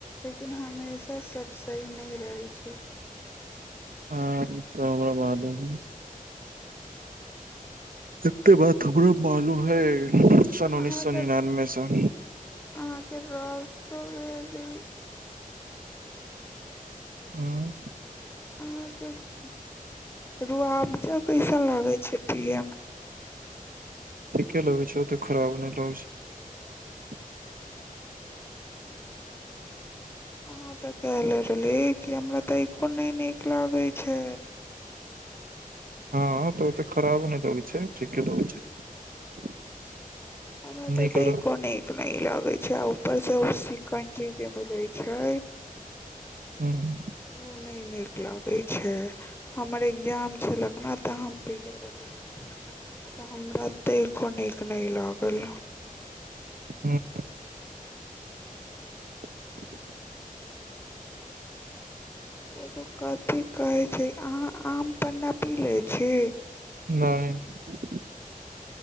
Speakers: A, on the left; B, on the right.
A: लेकिन हमेशा सब सही ने रहै छै।
B: हाँ इ ते हमरा मालूम एते बात हमरा मालूम हय। सन
A: अहाँके
B: उन्नीस सौ निनानबे से।
A: अहाँके रसबेरी
B: उम्म।
A: अहाँ के रुआबजा कैसा लागे छै पिए मे।
B: ठीके लगै छै, ओते खराब ने लगै छै।
A: अहाँ ते काय लरली कैमरा तैखो ने नीक लागे छै।
B: हाँ तऽ ओते खराबो ने लगे छै, ठीके लगे छै।
A: हमरा
B: नीक
A: तऽ दैको
B: लग
A: निक ने लागै होय छै आउ <unintelligible> जे मिलै छै।
B: ह्म्म।
A: उ ने नीक लागै छै, हमर इग्जाम छलक ने तऽ हम <unintelligible> रहली तऽ हमरा तैको नीक ने लागल।
B: ह्म्म। <inaudible>
A: एगो कथी कहै छै, अहाँ आम पन्ना पी लै छी।
B: ने